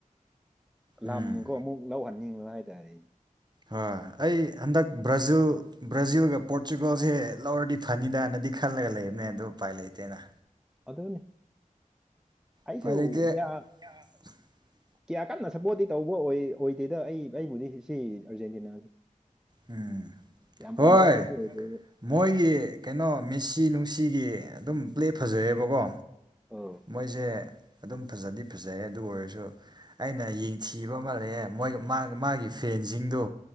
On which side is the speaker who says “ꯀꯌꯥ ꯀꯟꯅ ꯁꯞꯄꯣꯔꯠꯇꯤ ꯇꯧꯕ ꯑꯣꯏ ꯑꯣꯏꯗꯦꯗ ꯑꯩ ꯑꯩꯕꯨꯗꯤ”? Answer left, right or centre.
Centre